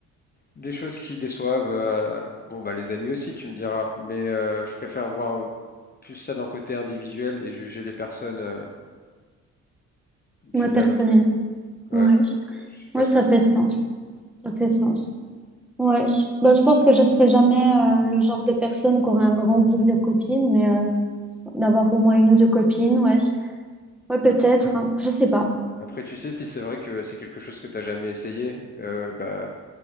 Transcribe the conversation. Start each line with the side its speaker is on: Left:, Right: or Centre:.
Left: des choses qui déçoivent. euh, bon, bah les amis aussi, tu me diras. Mais euh, je préfère voir plus ça d'un côté individuel et juger les personnes euh, d'une
Centre: moi personnellement,
Left: à l'autre, quoi. Ouais,
Centre: ouais,
Left: je sais pas
Centre: ouais,
Left: ce
Centre: ça
Left: que t'en-
Centre: fait sens, ça fait sens. Ouais, je- bah, je pense que je serai jamais euh, le genre de personne qui aura un grand groupe de copines, mais euh, D'avoir au moins une ou deux copines, ouais. Ouais, peut-être,
Left: bah,
Centre: hein. Je sais pas.
Left: Après, tu sais, si c'est vrai que c'est quelque chose que t'as jamais essayé, euh, bah,